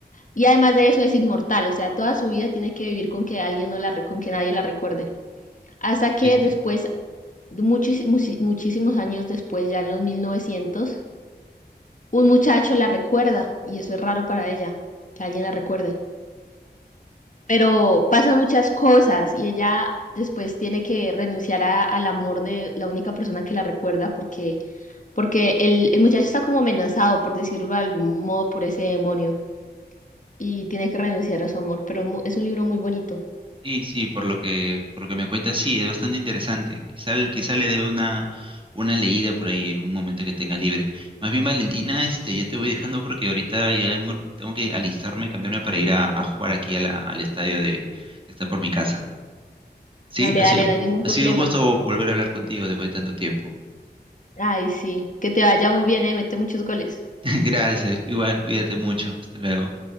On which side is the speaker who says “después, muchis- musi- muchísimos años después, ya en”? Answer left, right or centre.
Left